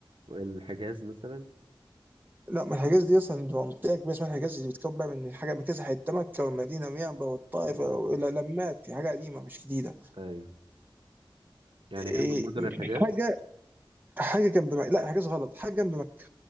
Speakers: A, on the right (about 70°); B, on the right (about 20°).
A: الحجاز مثلا
B: لا ما الحجاز دي اصلا دي منطقه كبيره اسمها الحجاز اللي بتكون بقى من حاجه من كذا حته مكه والمدينه وينبع والطائف
A: مم.
B: لا لمات حاجه قديمه مش جديده
A: ايوه يعني
B: إيه
A: هي من مدن الحجاز
B: حاجه حاجه جنب مكه لا حاجه غلط حاجه جنب مكه